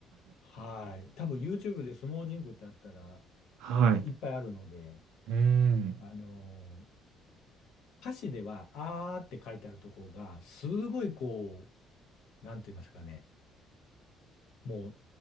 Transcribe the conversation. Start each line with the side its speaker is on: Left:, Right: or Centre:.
Left: はい。多分 YouTube で相撲ジンクってあったら
Right: はい。
Left: いっぱいあるので、
Right: うーん。
Left: あのー歌詞では、あーって書いてあるところが、すごいこう、なんて言いますかね。もう、